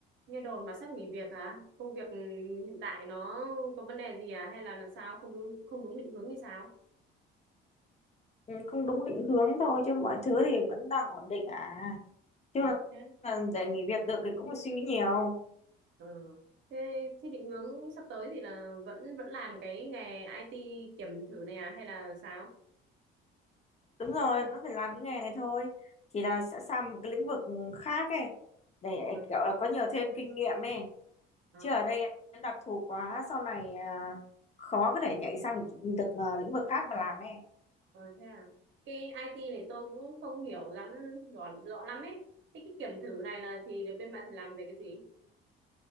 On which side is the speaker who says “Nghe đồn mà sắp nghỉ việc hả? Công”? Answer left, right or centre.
Right